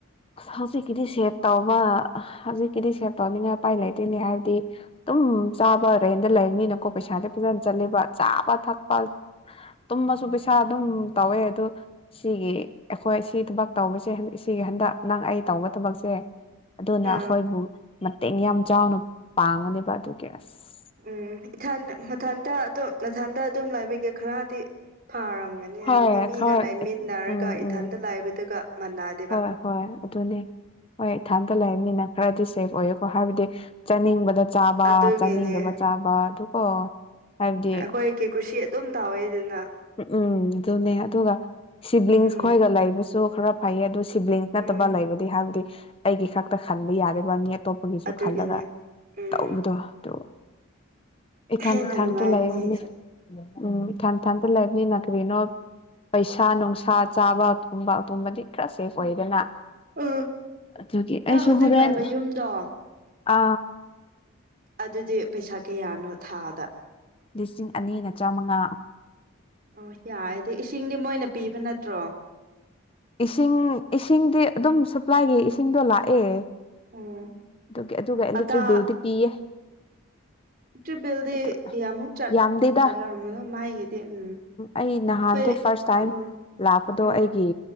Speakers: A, on the left; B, on the right.
A: ꯍꯧꯖꯤꯛꯀꯤꯗꯤ ꯁꯦꯞ ꯇꯧꯕ ꯍꯧꯖꯤꯛꯀꯤꯗꯤ ꯁꯦꯕ ꯇꯧꯅꯤꯅ ꯎꯄꯥꯏ ꯂꯩꯇꯦꯅꯦ ꯍꯥꯏꯗꯤ ꯗꯨꯝ ꯆꯥꯕ ꯔꯦꯟꯗ ꯂꯩꯕꯅꯤꯅꯀꯣ ꯄꯩꯁꯥꯗꯤ ꯐꯖꯅ ꯆꯠꯂꯤꯕ ꯆꯥꯕ ꯊꯛꯄ ꯇꯨꯝꯃꯁꯨ ꯄꯩꯁꯥ ꯗꯨꯝ ꯇꯧꯋꯦ ꯑꯗꯨ ꯁꯤꯒꯤ ꯑꯈꯣꯏ ꯁꯤ ꯊꯕꯛ ꯇꯧꯕꯁꯦ ꯁꯤꯒꯤ ꯍꯟꯗꯛ ꯅꯪ ꯑꯩ ꯇꯧꯕ ꯊꯕꯛꯁꯦ ꯑꯗꯨꯅ
B: ꯑꯥ
A: ꯑꯈꯣꯏꯕꯨ ꯃꯇꯦꯡ ꯌꯥꯝ ꯆꯥꯎꯅ ꯄꯥꯡꯕꯅꯦꯕ ꯑꯗꯨꯒꯤ ꯑꯁ
B: ꯎꯝ ꯏꯊꯟ ꯃꯊꯟꯗ ꯑꯗꯨ ꯅꯊꯟꯗ ꯑꯗꯨꯝ ꯂꯕꯤꯒꯦ ꯈꯔꯗꯤ ꯐꯔꯝ ꯒꯅꯤ
A: ꯍꯣꯏ
B: ꯍꯥꯏꯕꯗꯤ ꯃꯤꯒ
A: ꯈꯔ
B: ꯂꯩꯃꯤꯟꯅꯔꯒ
A: ꯎꯝ
B: ꯏꯊꯟꯇ
A: ꯎꯝ
B: ꯂꯥꯏꯕꯗꯨꯒ ꯃꯅꯗꯦꯕ꯫
A: ꯍꯣꯏ ꯍꯣꯏ ꯑꯗꯨꯅꯦ ꯍꯣꯏ ꯏꯊꯥꯟꯇ ꯂꯩꯕꯅꯤꯅ ꯈꯔꯗꯤ ꯁꯦꯐ ꯑꯣꯏ꯫ ꯀ ꯍꯥꯏꯕꯗꯤ ꯆꯥꯅꯤꯡꯕꯗ ꯆꯥꯕ
B: ꯑꯗꯨꯒꯤꯅꯦ
A: ꯆꯥꯅꯤꯡꯗꯕ ꯆꯥꯕ ꯑꯗꯨꯒꯣ ꯍꯥꯏꯕꯗꯤ
B: <unintelligible> ꯗꯨꯝ ꯇꯥꯎꯋꯦ ꯗꯨꯅ
A: ꯎꯝ ꯗꯨꯅꯦ ꯑꯗꯨꯒ ꯁꯤꯕ꯭ꯂꯤꯡꯁ
B: ꯎꯝ
A: ꯈꯣꯏꯒ ꯂꯩꯕꯁꯨ ꯈꯔ ꯐꯩꯌꯦ ꯑꯗꯨ ꯁꯤꯕ꯭ꯂꯤꯡꯁ ꯅꯠꯇꯕ
B: ꯎꯝ
A: ꯂꯩꯕꯗꯤ ꯍꯥꯏꯕꯗꯤ ꯑꯩꯒꯤ ꯈꯛꯇ ꯈꯟꯕ ꯌꯥꯗꯕ ꯃꯤ ꯑꯇꯣꯞꯄꯒꯤꯁꯨ
B: ꯑꯗꯨꯒꯤꯅꯦ
A: ꯈꯜꯂꯒ
B: ꯎꯝ
A: ꯇꯧꯕꯗꯣ ꯗꯨ ꯏꯊꯟ
B: ꯍꯦꯟꯅ
A: ꯏꯊꯟꯇ
B: ꯅꯨꯡꯉꯥꯏꯕꯅꯦ
A: ꯂꯩꯕꯅꯦ꯫
B: ꯑꯩꯁꯨ
A: ꯎꯝ ꯊꯟ ꯊꯟꯇ ꯂꯩꯕꯅꯤꯅ ꯀꯔꯤꯅꯣ ꯄꯩꯁꯥ ꯅꯨꯡꯁꯥ ꯆꯥꯕ ꯇꯨꯝꯕ ꯑꯗꯨꯝꯕꯗꯤ ꯈꯔ ꯁꯦꯐ ꯑꯣꯏꯗꯅ꯫
B: ꯎꯝ
A: ꯑꯗꯨꯒꯤ
B: ꯅꯪ
A: ꯑꯩꯁꯨ
B: ꯍꯧꯖꯤꯛ
A: ꯍꯣꯔꯦꯟ
B: ꯂꯩꯕ ꯌꯨꯝꯗꯣ
A: ꯑ
B: ꯑꯗꯨꯗꯤ ꯄꯩꯁꯥ ꯀꯌꯥꯅꯣ ꯊꯥꯗ?
A: ꯂꯤꯁꯤꯡ ꯑꯅꯤꯅ ꯆꯥꯃꯉꯥ
B: ꯑꯣ ꯌꯥꯏꯗ ꯏꯁꯤꯡꯗꯤ ꯃꯣꯏꯅ ꯄꯤꯕ ꯅꯠꯇ꯭ꯔꯣ?
A: ꯏꯁꯤꯡ ꯏꯁꯤꯡꯗꯤ ꯑꯗꯨꯝ ꯁꯄ꯭ꯂꯥꯏꯒꯤ ꯏꯁꯤꯡꯗꯣ ꯂꯥꯛꯑꯦ꯫
B: ꯎꯝ
A: ꯑꯗꯨꯒꯤ ꯑꯗꯨꯒ ꯏꯂꯦꯛꯇ꯭ꯔꯤꯛ
B: ꯑꯇꯥ
A: ꯕꯤꯜꯗꯤ ꯄꯤꯌꯦ꯫
B: ꯇ꯭ꯔꯤꯚꯦꯜꯗꯤ
A: ꯑꯗꯨ
B: ꯀꯌꯥꯃꯨꯛ ꯆꯠ
A: ꯌꯥꯝꯗꯦꯗ
B: ꯆꯠꯂꯝꯕꯅꯣ ꯃꯥꯥꯒꯤꯗꯤ ꯎꯝ
A: ꯑꯩ ꯅꯍꯥꯟꯗꯣ
B: ꯑꯩꯈꯣꯏ
A: ꯐꯥꯔꯁ ꯇꯥꯏꯝ
B: ꯎꯝ
A: ꯂꯥꯛꯄꯗꯣ
B: ꯎꯝ
A: ꯑꯩꯒꯤ